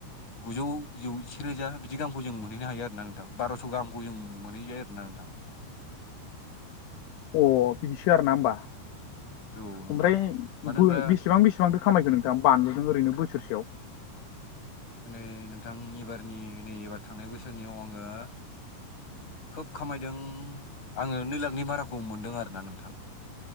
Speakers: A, on the left; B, on the left.
A: गुजौ जौसे रोजा बिदि दामखौ जों मोनहैनो हायो आरो ना नोंथां नोंथां बार'स' गाहामखौ जों मोनहैयो आरो ना नोंथां
B: अ बिदिसो आरो ना होमबा
A: औ नोंथां
B: आमफ्राय
A: मानो होनब्ला
B: बो बेसेबां बेसेबां बेसेबांथो खामायखो नोंथां बानलुजों ओरैनो बोसोरसेआव
A: नै नोंथां एबारनि नै एबार थांनाय बोसोरनिआव आङो खोब खामायदों आङो नै लाखनि बाराखौ मोनदों आरोना नोंथां